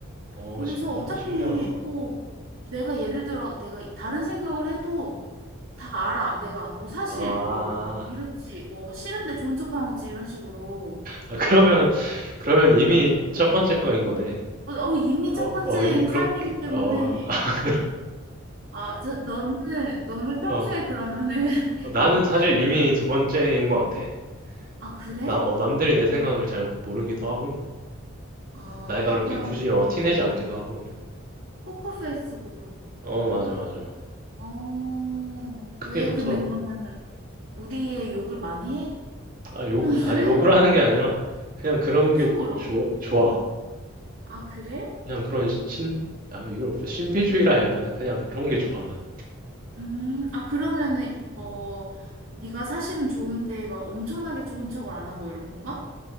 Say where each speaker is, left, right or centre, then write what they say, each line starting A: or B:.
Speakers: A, on the right (about 40°); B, on the right (about 65°).
A: 어,
B: 그래서
A: 진짜?
B: 어차피,
A: 신기하다.
B: 어, 내가 예를 들어, 내가 다른 생각을 해도 다 알아. 내가, 너 사실
A: 아,
B: 뭐, 이렇지, 뭐, 싫은데 좋은 척 하는 거지, 이런 식으로.
A: 아, 그러면, 그러면 이미 첫 번째 거인 거네.
B: 어, 어, 이미 첫
A: 어,
B: 번째인
A: 어, 이- 그렇게,
B: 삶이기 때문에,
A: 어, <laughs>
B: 아, 저, 너는, 너는 평소에
A: 어.
B: 그러면은, <laughs>
A: 어, 나는
B: 막,
A: 사실 이미 두 번째인 것 같아.
B: 아, 그래?
A: 나, 어, 남들이 내 생각을 잘 모르기도 하고,
B: 아,
A: 내가
B: 약간,
A: 이렇게 굳이 어, 티내지 않기도 하고.
B: 포커페이스고 그렇구나.
A: 어, 맞아, 맞아.
B: 어,
A: 그게
B: 왜,
A: 좋더라고.
B: 근데 그러면은, 우리의 욕을 많이 해?
A: 아, 욕,
B: 평소에?
A: 아, 욕을
B: <laughs>
A: 하는 게 아니라, 그냥 그런
B: 속으로.
A: 게 좋아, 좋아.
B: 아, 그래?
A: 그냥 그런 시- 신, 아, 이걸 뭐 신비주의라 해야 되나? 그냥 그런 게 좋아, 난.
B: 음, 아, 그러면은, 뭐,
A: 어,
B: 네가 사실은 좋은데, 막 엄청나게 좋은 척을 안 하고 이런 건가?